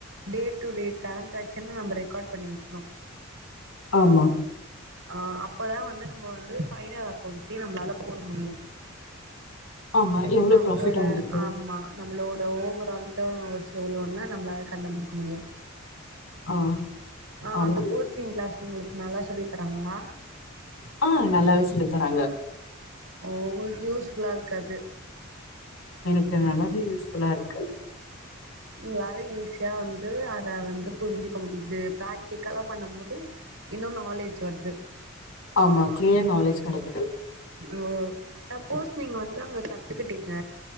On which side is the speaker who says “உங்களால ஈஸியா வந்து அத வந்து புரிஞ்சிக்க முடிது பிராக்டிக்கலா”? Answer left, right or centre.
Right